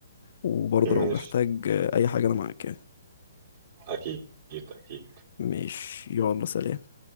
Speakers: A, on the left; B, on the right.
A: وبرضه
B: ماشي
A: لو محتاج آه، اي حاجة انا معاك يعني
B: اكيد اكيد
A: ماشي يلا سلام